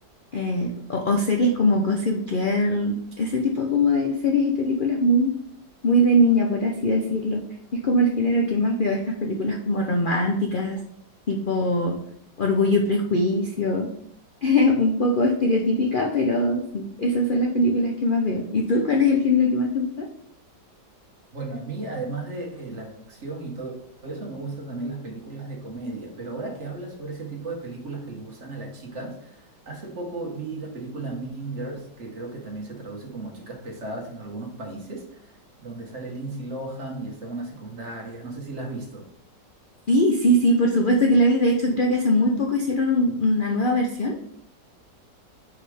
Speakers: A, on the left; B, on the right.
A: eh, o, o series como Gossip Girl, ese tipo como de series y películas muy, muy de niña, por así decirlo. Es como el género que más veo, estas películas como románticas, tipo Orgullo y Prejuicio, <laughs> un poco estereotípica, pero sí, esas son las películas que más veo. ¿Y tú cuál es el género que más te gusta?
B: Bueno, a mí, además de la acción y todo eso, me gustan también las películas de comedia. Pero ahora que hablas sobre ese tipo de películas que le gustan a las chicas, hace poco vi la película Mean Girls, que creo que también se traduce como Chicas Pesadas en algunos países, donde sale Lindsay Lohan y está en una secundaria. No sé si la has visto.
A: Sí, sí, sí, por supuesto que la vi. De hecho, creo que hace muy poco hicieron un- una nueva versión.